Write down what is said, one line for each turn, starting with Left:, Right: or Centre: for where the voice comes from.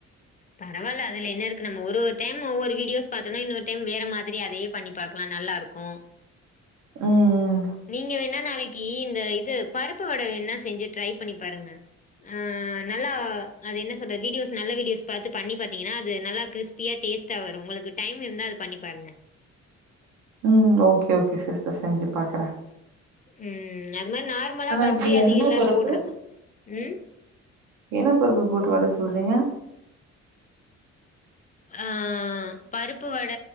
Left: பரவால்ல அதுல என்ன இருக்கு நம்ம ஒரு ஒரு டைம் ஒவ்வொரு வீடியோஸ் பாத்தோனா இன்னொரு டைம் வேற மாதிரி அதையே பண்ணி பாக்லான் நல்லாருக்கு
Right: உம் உம்
Left: நீங்க வேணா நாளைக்கு இந்த இது பருப்பு வட வேண்னா செஞ்சு ட்ரை பண்ணி பாருங்க ஆ நல்லா அது என்ன சொல்ற வீடியோஸ் நல்ல வீடியோஸ் பாத்து பண்ணி பாத்தீங்கனா அது நல்லா கிரிஸ்பியா டேஸ்ட்டா வரு உங்களுக்கு டைம் இருந்தா அது பண்ணி பாருங்க
Right: உம் ஓகே ஓகே சிஸ்டர் செஞ்சு பாக்ற
Left: உம் அது மாதிரி நார்மலா பஜ்ஜி
Right: எப்டி
Left: அது
Right: என்ன
Left: எல்லாரு
Right: பருப்பு
Left: போடுறதுதான் உம்
Right: என்ன பருப்பு போட்டு வட சுடுறீங்க
Left: ஆஹ் பருப்பு வட